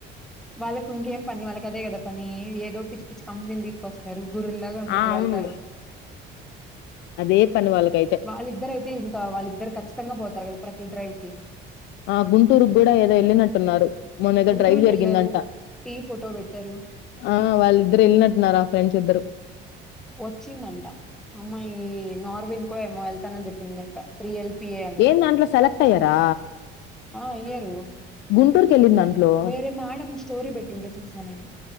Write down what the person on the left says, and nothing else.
ఆ అవును
అదే పని వాళ్ళకైతే
ఆ గుంటూరుకి కూడా ఏదో వెళ్ళినట్టున్నారు. మొన్న ఏదో
డ్రైవ్ జరిగిందంట
ఆ వాళ్ళిద్దరు వెళ్ళినట్టున్నారు ఆ ఫ్రెండ్స్ ఇద్దరు.
ఏం దాంట్లో సెలెక్ట్ అయ్యారా
గుంటూరుకెళ్ళిందంట్లే